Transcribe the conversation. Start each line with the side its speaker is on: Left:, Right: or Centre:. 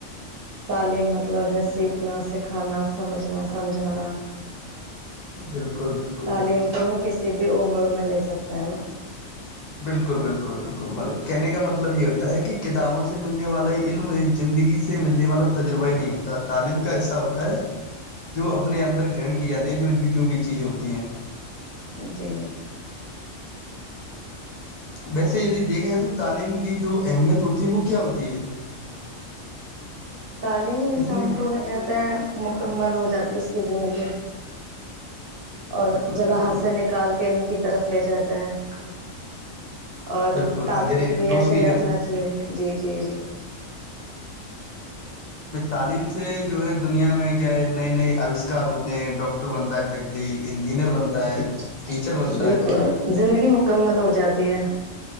Right: تعلیم مطلب ہے سیکھنا سکھانا سمجھنا سمجھانا
Left: بالکل بالکل
Right: تعلیم تو ہم کسی بھی عمر میں لے سکتے ہیں نا
Left: بالکل بالکل بالکل کہنے کا مطلب یہ ہوتا ہے کہ کتابوں سے ملنے والا علم زندگی سے ملنے والا تجربہ ہی نہیں ہوتا تعلیم کا ایسا ہوتا ہے جو اپنے اندر گرن کی جاتی ہے جو جو بھی چیزیں ہوتی ہیں
Right: جی
Left: ویسے یدی دیکھا جائے تو تعلیم کی جو اہمیت ہوتی ہے وہ کیا ہوتی ہے
Right: تعلیم انسان
Left: اتنی
Right: کو کیا کہتے ہیں مکمل ہو جاتی اس کی زندگی اور
Left: بالکل
Right: جلاحاد
Left: بالکل
Right: سے نکال کے ان کی طرف لے جاتا ہے اور
Left: بالکل
Right: تعلق
Left: اندھیری
Right: بھی
Left: روشنی
Right: ایسا ہی
Left: کی
Right: رکھنا
Left: طرف
Right: چاہیے جی جی جی
Left: بائی تعلیم سے جو ہے دنیا میں کیا ہے نئے نئے آوشکار ہوتے ڈاکٹر بنتا ہے ویکتی انجینئر بنتا ہے
Right: جی
Left: ٹیچر بنتا
Right: بالکل
Left: ہے
Right: زندگی مکمل ہو جاتی ہے